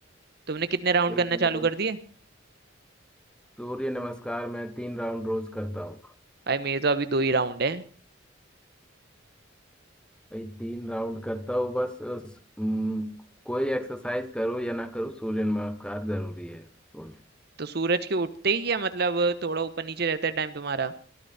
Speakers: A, on the right (about 55°); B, in the centre.
A: तुमने कितने राउंड
B: यही
A: करना
B: मैं
A: चालू कर दिए
B: सूर्य नमस्कार मैं तीन राउंड रोज करता हूँ
A: भाई मेरे तो अभी दो ही राउंड है
B: भाई तीन राउंड करता हूँ बस उस, हम्म, कोई एक्सरसाइज करो या ना करो सूर्य नमस्कार जरूरी है रोज।
A: तो सूरज के उठते ही या मतलब थोड़ा ऊपर नीचे रहता है टाइम तुम्हारा